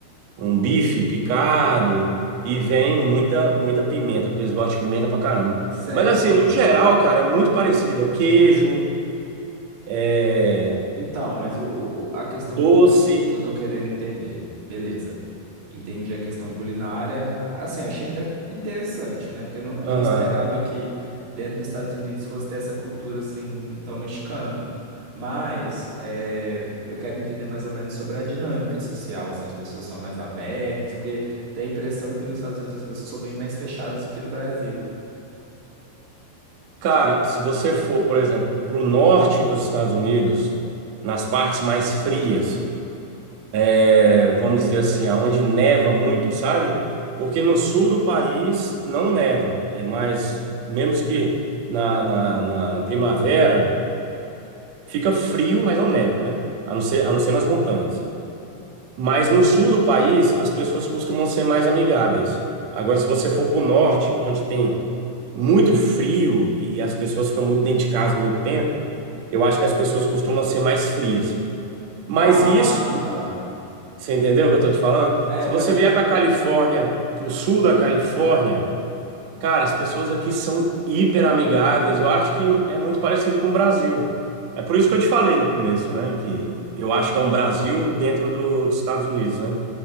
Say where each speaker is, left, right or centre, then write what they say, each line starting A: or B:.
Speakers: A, on the right; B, on the right.
A: um bife picado, e vem muita, muita pimenta, porque eles gostam de pimenta pra caramba.
B: Certo.
A: Mas assim, no geral, cara, é muito parecida. Queijo, é,
B: Então, mas o, o- a questão
A: doce,
B: que eu tô, que que eu tô querendo entender, beleza. Entendi a questão culinária. A- Assim, eu achei inte- interessante, né? Porque eu não, eu
A: aham.
B: não esperava que dentro dos Estados Unidos fosse ter essa cultura assim tão mexicana. Mas eh, eu quero entender mais ou menos sobre a dinâmica social, assim, as pessoas são mais abertas, porque tem a impressão que nos Estados Unidos as pessoas são bem mais fechadas do que no Brasil.
A: Cara, se você for, por exemplo, para o norte dos Estados Unidos, nas partes mais frias, é, vamos dizer assim, aonde neva muito, sabe? Porque no sul do país não neva, é mais, menos que na, na, na primavera, fica frio, mas não neva, né? A não ser, a não ser nas montanhas. Mas no sul do país, as pessoas costumam ser mais amigáveis. Agora, se você for para o norte, onde tem muito frio e as pessoas ficam muito dentro de casa muito tempo, eu acho que as pessoas costumam ser mais frias. Mas
B: Ah,
A: isso,
B: tá.
A: você entendeu o que eu tô te falando?
B: É,
A: Se
B: pare...
A: você vier para Califórnia, pro sul da Califórnia, cara, as pessoas aqui são hiper amigáveis. Eu acho que é muito parecido com o Brasil. É por isso que eu te falei no começo, né? Que eu acho que é um Brasil dentro do- dos Estados Unidos, né?